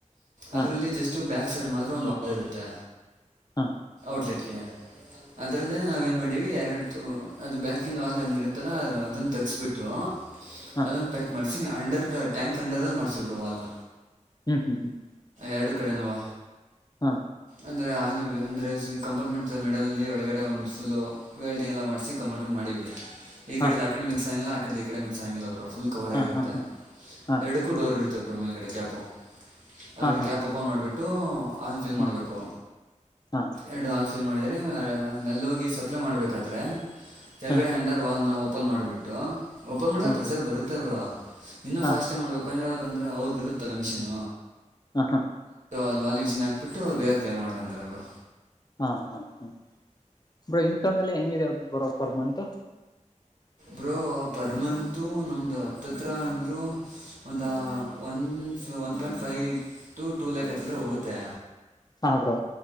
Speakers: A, on the left (about 30°); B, on the right (about 75°).
A: ಹಾಂ
B: ಅದರಲ್ಲಿ ಜಸ್ಟು ಬ್ಯಾಕ್ ಸೈಡ್ ಮಾತ್ರ ಒಂದು ವ ಇರುತ್ತೆ
A: ಹಾ
B: ಔಟ್ಲೆಟ್ಗೆ ಅದರಲ್ಲೇ ನಾವೇಏನು ಮಾಡೀವಿ ಎರಡು ಅದು ಬ್ಯಾಕಂದು ವಾಲ್ ಇರುತ್ತೆ ಅದನ್ನ ತಗಸ್ಬಿಟ್ಟು
A: ಹಾಂ
B: ಅದನ್ನ ಪ್ಯಾಕ್ ಮಾಡ ಮಾಡಿಸಿಿ ಅಂಡರ್ ಟ್ಯಾಂಕ್ ಅಂಡರಲ್ಲಿ ಮಾಡ್ಸ ಬೋ ವಲ್ನ
A: ಹ್ಮ್ ಹ್ಮ್ ಹ್ಮ್
B: ಎರಡು ಕಡೆನುವಾ
A: ಹಾ
B: ಅಂದರೆೆ ಆಲ ಅಂದರೆ ಕಂಪಾರ್ಟ್ಮೆಂಟ್ ಮಿಡಲಲ್ಲಿ ಒಳಗಡೆ ಒಂದು ಫು ವೆಲ್ಡಿಂಗ್ ಎಲ್ಲ ಮಾಡಿಸಿ ಕಂಪಾರ್ಟ್ಮೆಂಟ್ ಮಾಡಿವವಿ ಈ
A: ಹಾಂ
B: ಕಡೆ ಆ ಕಡೆ ಮಿಕ್ಸ್ ಆಗಂಗಿಲ್ಲ ಆ ಕಡೆ ಈ ಕಡೆ ಮಿಕ್ಸ್ ಆಗಂಗಿಲ್ಲ ಅವ್ರ ಫುಲ್ ಕವರ್
A: ಹಾಂ
B: ಆಗಿರುತ್ತೆ
A: ಹಾಂ ಹಾಂ ಹಾಂ ಹಾಂ
B: ಎರಡಕ್ಕೂಡರ್ ಇರುತ್ತೆ ಮತ್ತಬರು ಮೇಲುಗಡೆ ಕ್ಯಾಪು ಅಗಡೆ
A: ಹಾಂ ಹಾಂ
B: ಕ್ಯಾಪ್
A: ಹಾಂ
B: ಓಪನ್ ಮಾಡಿಬಿಟ್ಟು ಆಲ್ ತಿಲ್
A: ಹಾಂ
B: ಮಾಡ್ಬೇಕು
A: ಹಾಂ
B: ಎರಡು ಆ ಫಿಲ್ ಮಾಡಿದ್ರ ನಲ್ಲಿ ಹೋಗಿ ಸಪ್ಲ ಮಾಡ್ಬೇಕಾದ್ರೆ ಕೆಳಗಡೆ
A: ಹಾಂ
B: ಅಂಡರ್ ವಾಲ್ ನ ಓಪನ್ ಮಾಡಿಬಿಟ್ಟು ಓಪನ್ ಮಾಡಿದಾಗೆ
A: ಹಾಂ
B: ಪ್ರೆಸರ್ ಬರುತ್ತೆ ಅವರು
A: ಹಾಂ
B: ಇನ್ನೂ ಫಾಸ್ಟಾಗಿ ಮಾಡ್ಬೇಕಂದ್ರೆ ಅವ್ರು ಅಂದ್ರೆ ಅವ್ರದ ಇರುತ್ತಲ್ಲ ಮಿಷಿನ್
A: ಹಾ ಹಾ
B: ಅದು ಬಾಲಿ ಮಿಷನ್ ಹಾಕ್ಬಿಟ್ಟು ಬೇರೆ ಕಲೇರ್ ಮಾಡ್ಕಂತಾರೆ ಅವರು
A: ಹಾ ಹಾ ಹಾ ಬ್ರ ಇನ್ಕಮ್ ಎಲ್ಲ ಹೆಂಗಿದೆ ಬರೋ ಪರ್ ಮಂತ್ ಹ
B: ಬ್ರೋ ಪರ್ ಮಂತು ನಮ್ದು ಹತ್ತತ್ರಿ ಅಂದರೂ ಒಂದು ಒನ್ ಒನ್ ಪಾಯಿಂಟ್ ಫ ಫೈವ ಟು ಟೂ ಲ್ಯಾಕ್ ಹತ್ತದ್ರೆ ಹೋಗುತ್ತೆ
A: ಹಾ ಬ್ರೋ